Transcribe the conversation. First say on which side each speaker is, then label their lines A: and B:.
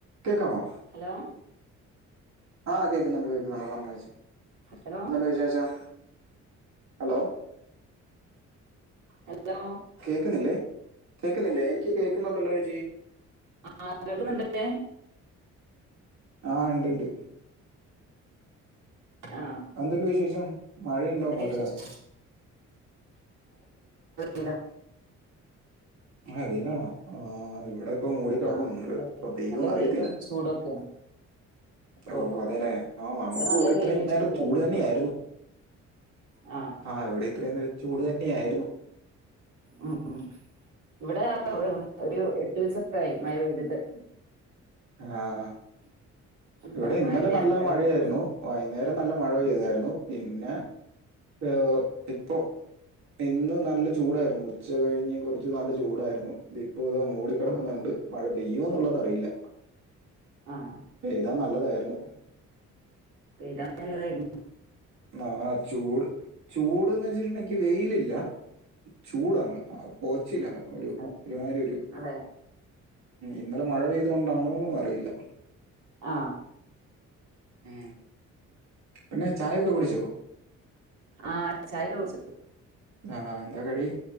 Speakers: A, on the right; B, on the right.
A: കേക്കാമോ
B: ഹലോ
A: ആഹ് കേക്കുന്നുണ്ട് കേക്കുന്നുണ്ട് പറഞ്ഞോ ചേച്ചി
B: ഹലോ
A: എന്തുണ്ട് വിശേഷം ഹലോ
B: ഹലോ
A: കേക്കുന്നില്ലേ കേക്കുന്നില്ലേ എനിക്ക് കേൾക്കുന്നുണ്ടല്ലോ ചേച്ചി
B: ആഹ് കേൾക്കുന്നുണ്ട്
A: ആഹ് ഇണ്ട് ഇണ്ട്
B: ആ
A: എന്തുണ്ട് വിശേഷം മഴയുണ്ടോ
B: എന്തൊക്കെയ
A: അങ്ങോട്ട്
B: വിശേഷം ഇല്ല
A: ആഹ് വെയിലാണോ ആഹ് ഇവിടെ ഇപ്പോ മൂടിക്കെടക്കേന്നുണ്ട്
B: ആ നല്ല വെയിൽ
A: ഇപ്പ പെയ്യോന്നറിയത്തില്ല
B: നല്ല വെയിലും ചൂടൊക്കെയാണ് ഓ
A: ഓഹ് അതേല്ലേ ആഹ് നമ്മുക്ക്
B: നല്ല
A: ഇവിടെ ഇത്രയും
B: വെയിലും
A: നേരം
B: ചൂടൊക്കെയാണ്
A: ചൂട് തന്നെ ആയിരുന്നു
B: ആ
A: ആഹ് ഇവിടെ ഇത്രേം നേരം ചൂട് തന്നെയായിരുന്നു
B: ഉം ഉം ഇവിടെ ആ
A: ഉം.
B: ഒരു ഒര് ഒരു <unintelligible> ആയി മഴ പെയ്തട്ട്
A: ആ ആഹ്
B: <inaudible> ഇപ്പ
A: ഇവിടെ ഇന്നലെ
B: മഴല്ല
A: നല്ല മഴയായിരുന്നു
B: വെയിലാ
A: വൈന്നേരം നല്ല മഴ പെയ്തായിരുന്നു
B: ഉം
A: പിന്നെ ഏഹ് ഇപ്പൊ ഇന്ന് നല്ല ചൂടായിരുന്നു ഉച്ച കഴിഞ്ഞ് കൊറച്ച് നല്ല ചൂടായിരുന്നു ഇതെ ഇപ്പോ ഇവട മൂടിക്കെടക്കുന്നുണ്ട്
B: ഉം
A: മഴ പെയ്യോന്നുള്ളത് അറിയില്ല
B: ആഹ
A: പെഴതനല്ലതായിരുന്നു
B: പെയ്തനല്ലതായിരുന്നു
A: ആഹ ചൂട് ചൂട്ന്ന് വെച്ചിട്ട ഇന്നെങ്ങി വെയിലില്ല ചൂടാണ് ആ പുകച്ചിലാണ് ഒരു
B: അതെ
A: ഒരുമാരി ഒരു
B: അതെ.
A: ഇന്നലെ മഴ പെഴതോണ്ടണോ അറിയില്ല
B: ആ
A: ഏ പിന്നെ ചായൊക്കെ കുടിച്ചോ
B: ആ ചായക്ക കുട്ച്ചു
A: ആ എന്താ കടി